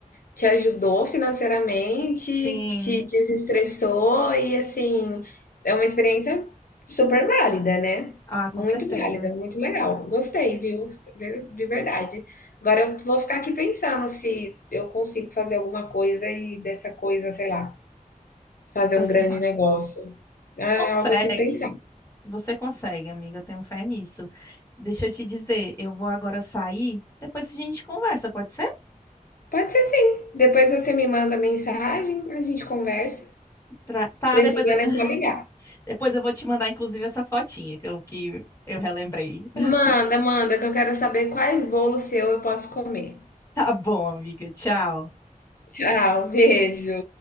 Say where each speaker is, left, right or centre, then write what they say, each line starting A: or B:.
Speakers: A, on the left; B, on the left.
A: te ajudou financeiramente,
B: sim.
A: te desestressou e assim é uma experiência super válida, né?
B: Ah, com
A: Muito
B: certeza.
A: válida, muito legal. Gostei, viu? De verdade. Agora eu vou ficar aqui pensando se eu consigo fazer alguma coisa e dessa coisa, sei lá, fazer
B: Pessoal,
A: um grande negócio. É
B: consegue.
A: algo assim pensar.
B: Você consegue, amiga, eu tenho fé nisso. Deixa eu te dizer, eu vou agora sair, depois a gente conversa, pode ser?
A: Pode ser sim. Depois você me manda mensagem, a gente conversa.
B: Tra- Tá,
A: Precisando
B: depois eu... <laughs>
A: é só ligar.
B: depois eu vou te mandar, inclusive, essa fotinha que eu, que eu relembrei. <laughs>
A: Manda, manda, que eu quero saber quais bolos seu eu posso comer.
B: Tá bom, amiga, tchau.
A: Tchau, beijo.